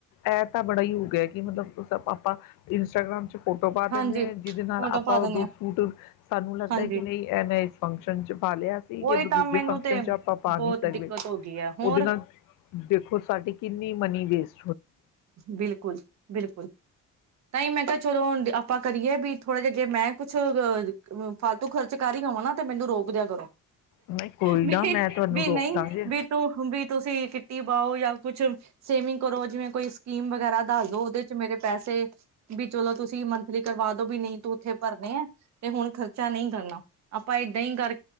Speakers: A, on the left (about 80°); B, on the right (about 55°).
A: ਇਹ ਤਾਂ ਬੜਾ ਈ ਹੋ ਗਿਆ ਕਿ ਮਤ ਦੋਸਾ ਪਾਪਾ ਇਨ ਇੰਸਟਾਗ੍ਰਾਮ 'ਚ ਫੋਟੋ ਪਾ
B: ਹਾਂਜੀ
A: ਦਿੰਦੇ ਆਂ, ਜਿਹਦੇ
B: ਫੋਟੋ
A: ਨਾਲ ਆਪਾਂ
B: ਪਾ ਦਿੰਦੇ
A: ਉਹ ਦੋ
B: ਆ
A: ਸੂਟ ਸਾਨੂੰ ਲੱਗਦਾ
B: ਹਾਂਜੀ
A: ਕਿ ਨਈ ਐ ਮੈਂ ਇਸ ਫੰਕਸ਼ਨ ਚ ਪਾ ਲਿਆ ਸੀ ਕਿ
B: ਉਹੀ
A: ਕ
B: ਤਾਂ
A: ਦੂਜੇ
B: ਮੈਨੂੰ
A: ਫੰਕਸ਼ਨ
B: ਤੇ
A: ਚ ਆਪਾਂ ਪਾ
B: ਬਹੁਤ
A: ਨਈ ਸਕਦੇ।
B: ਦਿੱਕਤ ਹੋ ਗਈ ਹੈ ਹੋਰ
A: ਉਹਦੇ ਨਾਲ ਦੇਖੋ ਸਾਡੀ ਕਿੰਨੀ ਮਨੀ ਜੇਸ
B: ਬਿਲਕੁਲ, ਬਿਲਕੁਲ। ਤਾਂ ਹੀ ਮੈਂ ਕਿਹਾ ਚਲੋ ਹੁੰਦ ਆਪਾਂ ਕਰੀਏ ਵੀ ਥੋੜਾ ਜਿਹਾ ਜੇ ਮੈਂ ਕੁਛ ਅਹ ਅਮ ਫਾਲਤੂ ਖਰਚ ਕਰ ਰੀ ਹੋਵਾਂ ਨਾ ਤੇ ਮੈਨੂੰ ਰੋਕ ਦਿਆ ਕਰੋ।
A: ਨਹੀਂ ਕੋਈ
B: ਨਹੀਂ
A: ਨਾ ਮੈਂ ਤੁਹਾਨੂੰ
B: ਵੀ
A: ਰੋਕ
B: ਨਹੀਂ
A: ਦਾਂਗੇ।
B: ਵੀ ਤੂੰ ਵੀ ਹੁੰਦੀ ਤੁਸੀਂ ਕ ਟੀ ਪਾਓ ਜਾਂ ਕੁਛ ਸੇਮਿੰਗ ਕਰੋ ਜਿਵੇਂ ਕੋਈ ਸ ਕੀਮ ਵਗੈਰਾ ਦੱਸ ਦੋ, ਉਹਦੇ 'ਚ ਮੇਰੇ ਪੈਸ- ਸੇ ਵੀ ਚਲੋ ਤੁਸੀਂ ਮੰਥਲੀ ਕਰਵਾ ਦੋ ਵੀ ਨੀ ਤੂੰ ਉੱਥੇ ਭਰਨੇ ਆ ਤੇ ਹੁਣ ਖਰਚਾ ਨਈ ਕਰਨਾ। ਆਪਾਂ ਏਦਾਂ ਈ ਕਰ